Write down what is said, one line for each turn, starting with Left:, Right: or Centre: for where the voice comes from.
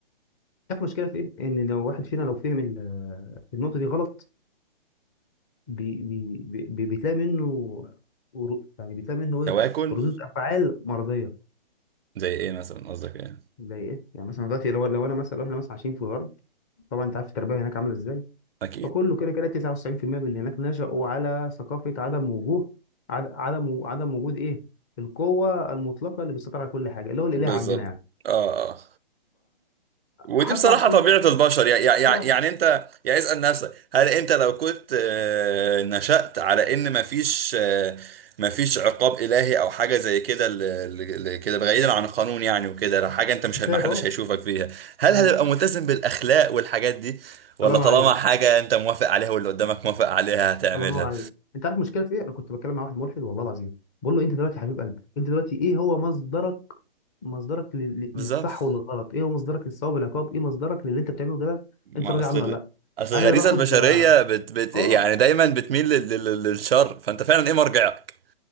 Left: عارف المشكله في ايه ان لو واحد فينا لو فهم ال- النقطه دي غلط بي بي بي بتلاقي منه ورو- يعني بتلاقي منه ايه
Right: تواكل
Left: ردود افعال مرضيه
Right: زي ايه مثلا قصدك ايه
Left: زي ايه يعني مثلا دلوقتي لو لو انا مثلا لو احنا مثلا عايشين في الغرب طبعا انت عارف التربيه هناك عامله ازاي
Right: اكيد
Left: فكله كده كده 99% من اللي هناك نشأوا على ثقافه عدم وجوه عد- عدم عدم وجود ايه القوه المطلقه اللي بتسيطر على كل حاجه اللي هو الاله
Right: بالظبط
Left: عندنا يعني
Right: اه اه ودي
Left: فهطلع
Right: بصراحة
Left: في
Right: طبيعة البشر يعني يعني,
Left: اه
Right: يعني انت يعني اسأل نفسك هل انت لو كنت آه، نشأت على ان مفيش آه، مفيش عقاب إلهي او حاجة زي كده ل- ل- ل- كده بعيدا عن القانون يعني وكده لو حاجة انت مش
Left: كتاب
Right: ما حدش
Left: اه
Right: هيشوفك فيها هل
Left: مم.
Right: هتبقى ملتزم بالأخلاق والحاجات دي ولا
Left: الله ينور
Right: طالما
Left: عليك
Right: حاجة انت موافق عليها واللي قدامك موافق عليها هتعملها
Left: الله ينور عليك انت عارف المشكله في ايه انا كنت بتكلم مع واحد ملحد والله العظيم بقول له انت دلوقتي يا حبيب قلبي انت دلوقتي ايه هو مصدرك مصدرك لل- لل-
Right: بالظبط
Left: للصح والغلط ايه هو مصدرك للصواب والعقاب ايه مصدرك للي انت بتعمله ده
Right: ما
Left: انت راضي
Right: اصل
Left: عنه ولا لا
Right: اصل
Left: قال
Right: الغريزه
Left: انا باخد
Right: البشريه بت بت
Left: اه
Right: يعني دايما بتميل لل لل للشر فانت فعلا ايه مرجعك